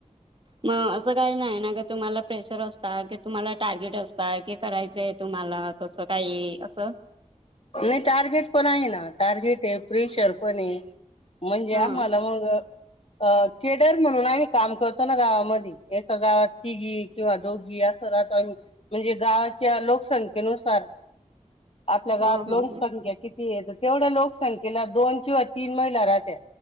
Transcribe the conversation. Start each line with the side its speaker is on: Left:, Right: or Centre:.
Right: मग असं काही नाही ना तुम्हाला प्रेशर असत कि तुम्हाला टार्गेट असत क करायचंय तुम्हाला तसं काही असं
Left: नाही टार्गेट पण आहे ना टार्गेट आहे प्रिशर पण आहे. म्हणजे
Right: हा
Left: आम्हाला मग अ केडर म्हणून आम्ही काम करतो ना गावामध्ये एका गावात तिघी किंवा दोघी अस <unintelligible> स म्हणजे गावाच्या लोकसंख्येनुसार आपल्या गावात
Right: हो हो हो
Left: ख्या किती येत तेवढ्या लोकसंख्येला दोन किंवा तीन महिला राहत्या